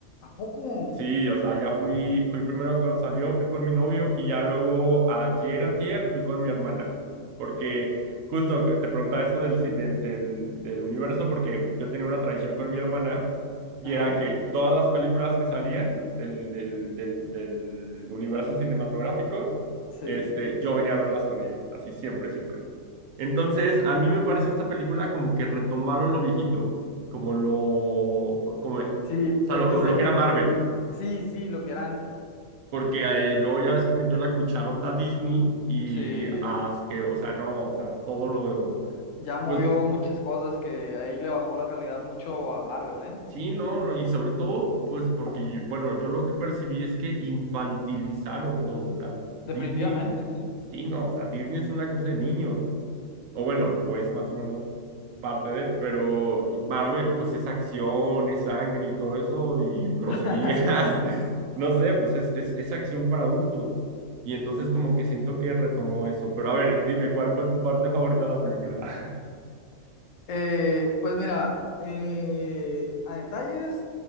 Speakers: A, on the left; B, on the right.
A: ¿A poco?
B: Sí, o sea, ya fui, fui primero cuando salió, fui con mi novio y ya luego ayer, antier, fui con mi hermana. Porque justo que te preguntaba eso del, ci- del, del, del universo, porque yo tenía una tradición con mi hermana y
A: Ajá,
B: era que todas las películas que salían del, del, del, del universo cinematográfico,
A: sí.
B: este, yo venía a verlas con ella, así siempre, siempre. Entonces, a mí me pareció esta película como que retomaron lo viejito, como lo, como, o
A: Sí,
B: sea,
A: es-
B: lo,
A: ese,
B: lo que era Marvel.
A: sí, sí, lo que era antes.
B: Porque eh, luego ya ves que metió la cucharota Disney y
A: Sí.
B: as que, o sea, no, o sea, todo lo,
A: Ya movió
B: pues
A: muchas cosas que ahí le bajó la calidad mucho a Marvel, ¿eh?
B: sí, no, no, y sobre todo, pues porque, yo- bueno, yo lo que percibí es que infantilizaron todo, o sea, pues
A: Definitivamente,
B: Disney,
A: sí.
B: sí, no, o sea, Disney es una cosa de niños. o bueno, o es más o menos parte de, pero Marvel pues es acción, es sangre y todo eso y groserías,
A: <laughs>
B: <laughs>
A: Sí.
B: no sé, pues es, es, es acción para adultos. Y entonces como que siento que retomó eso. Pero a ver, dime, ¿cuál fue tu parte favorita de la película? <laughs>
A: Eh, pues mira, eh, a detalles,